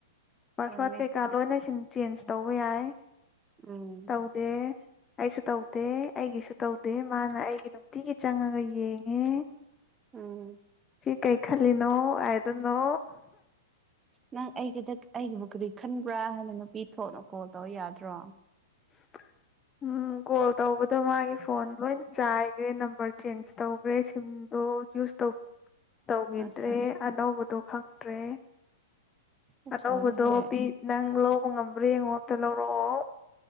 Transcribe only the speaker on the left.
ꯄꯥꯁꯋꯥꯗ
ꯀꯩꯀꯥ ꯂꯣꯏꯅ ꯁꯤ ꯆꯦꯟꯖ ꯇꯧꯕ ꯌꯥꯏ
ꯇꯧꯗꯦ ꯑꯩꯁꯨ ꯇꯧꯗꯦ ꯑꯩꯒꯤꯁꯨ ꯇꯧꯗꯦ ꯃꯥꯅ ꯑꯩꯒꯤ ꯅꯨꯡꯇꯤꯒꯤ ꯆꯪꯉꯒ ꯌꯦꯡꯉꯦ
ꯀꯤ ꯀꯩ ꯈꯜꯂꯤꯅꯣ ꯍꯥꯏꯗꯅꯣ
<inaudible> ꯎꯝ ꯀꯣꯜ ꯇꯧꯕꯗꯣ ꯃꯥꯒꯤ ꯐꯣꯟ ꯂꯣꯏꯅ ꯆꯥꯏꯈ꯭ꯔꯦ ꯅꯝꯕꯔ ꯆꯦꯟꯖ ꯇꯧꯈ꯭ꯔꯦ ꯁꯤꯝꯗꯣ ꯌꯨꯁ ꯇ ꯇꯧꯈꯤꯗ꯭ꯔꯦ
ꯑꯅꯧꯕꯗꯣ ꯈꯪꯗ꯭ꯔꯦ
ꯑꯅꯧꯕꯗꯣ
ꯄꯤ ꯅꯪ ꯂꯧꯕ ꯉꯝꯕ꯭ꯔꯥ ꯌꯦꯡꯉꯣ ꯑꯝꯇ ꯂꯧꯔꯛꯑꯣ